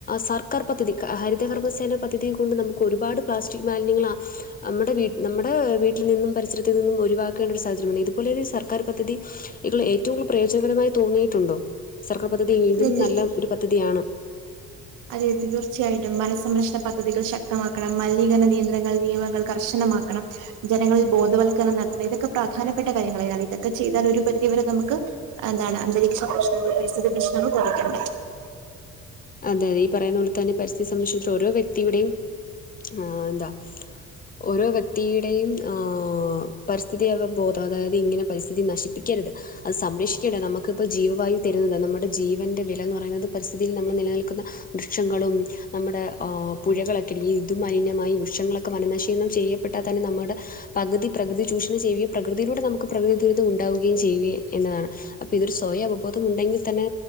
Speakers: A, on the left (about 30°); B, on the right (about 85°).
A: സർക്കാർപദ്ധതി ഹരിതകർമ്മ സേന പദ്ധ തിയെ കൊണ്ട് നമുക്ക് ഒരുപാട് പ്ലാസ്റ്റിക് മാലിന്യങ്ങളാ നമ്മുടെ വീ നമ്മുടെ വീട്ടിൽ നിന്നും പരിസരത്തിൽ നിന്നും ഒഴിവാക്കേണ്ട ഒരു സാഹചര്യം വന്നേ ഇതുപോലെ സർക്കാർ പദ്ധതി ഇതിൾ ഏറ്റവും കൂടുതൽ പ്രയോജനകരമായി തോന്നിയിട്ടുണ്ടോ? സർക്കാർ പദ്ധതി ഇതും
B: അതെ
A: നല്ല ഒരു പദ്ധതിയാണ്.
B: അതെ തീർച്ചയായിട്ടും, മനസംരക്ഷണ പദ്ധതികൾ ശക്തമാക്കണം, മലിനീകരണ നിയന്ത്രണങ്ങൾ, നിയമങ്ങൾ, കർശനമാക്കണം. ജനങ്ങളിൽ ബോധവൽക്കരണം നടത്തണം ഇതൊക്കെ പ്രധാനപ്പെട്ട കാര്യങ്ങളാണ് ഇതൊക്കെ ചെയ്താൽ ഒരു പരിധിവരെ നമുക്ക് എന്താണ് അന്തരീക്ഷ പ്രശ്നവും പരിസ്ഥിതി പ്രശ്നങ്ങളും കുറയ്ക്കേണ്ടേ
A: അതെ അതെ ഈ പറയുന്ന പോലെ തന്നെ പരിസ്ഥിയ സംബന്ധിച്ചി ഓരോ വ്യക്തിയുടെയും ആ എന്താ ഓരോ വ്യക്തിയുടെയും ആ പരിസ്ഥിതി അവബോധം അതായത് ഇങ്ങനെ പരിസ്ഥിതി നശിപ്പ രുത് അത് സംരക്ഷിക്കേണ്ട നമുക്ക്പ്പോ ജീവവായു തരുന്നത് നമ്മുടെ ജീവന്റെ വില എന്ന് പറയുന്നത് പരിസ്ഥിതിൽ നമ്മൾ നിലനിൽക്കുന്ന വൃക്ഷങ്ങളും നമ്മുടെ ആ പുഴകളൊക്കെ <unintelligible> ഇതുമലിനമായി വൃഷങ്ങളൊക്കെ വനനശീലണം ചെയ്യപ്പെട്ടാൽ തന്നെ നമ്മുടെ പകുതി പ്രകൃതി ചൂഷണം ചെയ്യുക പ്രകതിയിലൂടെ നമുക്ക് പ്രകൃതി ദുരന്തം ഉണ്ടാവുകയും ചെയ്യുക എന്നതാണ്. അപ്പൊ ഇതൊരു സ്വയം അവബോധം ഉണ്ടെങ്കി തന്നെ